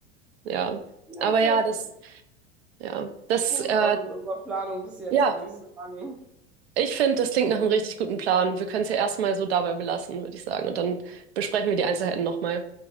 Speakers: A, on the right; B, in the centre.
A: Ja.
B: Ja,
A: Aber
B: safe.
A: ja, das,
B: Dann
A: ja,
B: sieht
A: das,
B: gut
A: äh,
B: aus mit unserer Planung bis jetzt,
A: ja,
B: würde ich sagen.
A: ich finde, das klingt nach einem richtig guten Plan. Wir können es ja erstmal so dabei belassen, würde ich sagen. Und dann besprechen wir die Einzelheiten nochmal.